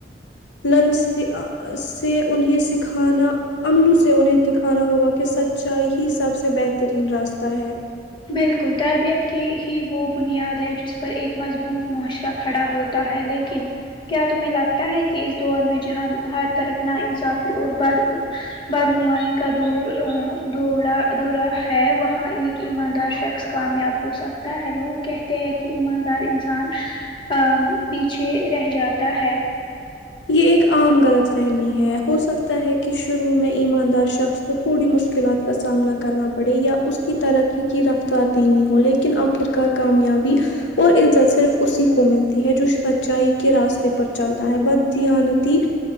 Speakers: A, on the left; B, on the left.
A: لن سے انہیں سکھانا امنو سے انہیں سکھانا ہوگا کہ سچائی ہی سب سے بہترین راستہ ہے
B: بالکل تربیت کی ہی وہ بنیاد ہے جس پر ایک مضبوط معاشرہ کھڑا ہوتا ہے لیکن کیا تمہیں لگتا ہے کہ اس دور میں جہاں ہر طرف ناانصافی اور بد بد نوائی کا دورا دورا ہے وہاں ایک ایمان دار شخص کامیاب ہو سکتا ہے لوگ کہتے ہیں کہ ایماندار انسان آ پیچھے رہ جاتا ہے
A: یہ ایک عام غلط فہمی ہے ہو سکتا ہے کہ شروع میں ایماندار شخص کو تھوڑی مشکلات کا سامنا کرنا پڑے یا اس کی ترقی کی رفتار دمی ہو لیکن آخر کار کامیابی اور عزت صرف اسی کو ملتی ہے جو سچائی کے راستے پر چلتا ہے بٹ تانتی